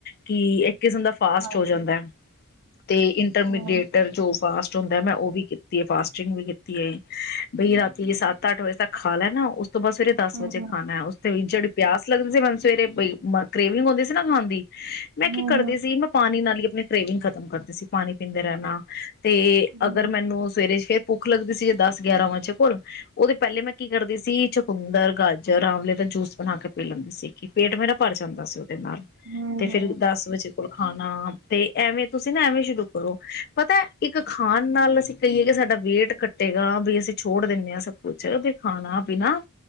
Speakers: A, on the left (about 45°); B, on the right (about 80°).
A: ਕੀ ਇੱਕ ਕਿਸਮ ਦਾ ਫਾਸਟ
B: ਹਾਂਜੀ
A: ਹੋ ਜਾਂਦੈ ਤੇ ਇੰਟਰਮੀਡੀਏਟਰ
B: ਹੂੰ
A: ਜੋ ਫਾਸਟ ਹੁੰਦਾ ਮੈਂ ਓ ਵੀ ਕੀਤੀ ਐ ਫਾਸਟਿੰਗ ਵੀ ਕੀਤੀ ਏ ਬਈ ਰਾਤੀ ਸੱਤ-ਅੱਠ ਵਜੇ ਤੱਕ ਖਾ ਲੈਨਾ ਉਸ ਤੋਂ ਬਾਦ ਸਵੇਰੇ ਦਸ
B: ਹੂੰ
A: ਵਜੇ
B: ਹੂੰ
A: ਖਾਣਾ। ਤੇ ਜੇੜੀ ਪਿਆਸ ਲੱਗਦੀ ਸੀ ਮੈਨੂੰ ਸਵੇਰੇ ਬਈ ਮ ਕਰ੍ਰੇਵਿੰਗ ਹੁੰਦੀ ਸੀ ਨਾ ਖਾਣ ਦੀ ਮੈਂ
B: ਹੂੰ
A: ਕੀ
B: ਹੂੰ
A: ਕਰਦੀ ਸੀ ਮੈਂ ਪਾਣੀ ਨਾਲ ਈ ਆਪਣੀ ਕਰੇਵਿੰਗ ਖਤਮ ਕਰਦੀ ਸੀ ਪਾਣੀ ਪੀਂਦੇ ਰੈਣਾ ਤੇ
B: ਹੂੰ ਹੂੰ
A: ਅਗਰ ਮੈਨੂੰ ਸਵੇਰੇ ਫੇਰ ਭੁੱਖ ਲੱਗਦੀ ਸੀ ਜ ਦਸ ਗਿਆਰਾਂ ਵਜੇ ਕੋਲ ਓਦੇ ਪਹਿਲੇ ਮੈਂ ਕੀ ਕਰਦੀ ਸੀ ਚਕੁੰਦਰ, ਗਾਜਰ ਆਵਲੇ ਦਾ ਜੂਸ ਬਣਾ ਕੇ ਪੀ ਲੈਂਦੀ ਸੀ ਕੀ ਪੇਟ ਮੇਰਾ ਭਰ ਜਾਂਦਾ ਸੀ ਓਦੇ ਨਾਲ।
B: ਹੂੰ-ਹੂੰ
A: ਫਿਰ ਦਸ ਵਜੇ ਕੋਲ ਖਾਣਾ ਤੇ ਐਵੇਂ ਤੁਸੀਂ ਨਾ ਐਵੇਂ ਸ਼ੁਰੂ ਕਰੋ ਪਤਾ ਇੱਕ ਖਾਣ ਨਾਲ ਅਸੀਂ ਕਈਏ ਕੀ ਸਾਡਾ ਵੇਟ ਕੱਟੇਗਾ ਬਈ ਅਸੀਂ ਛੋੜ ਦਿੰਨੇ ਹਾਂ ਸ ਕੁੱਛ ਤੇ ਖਾਣਾ-ਪੀਣਾ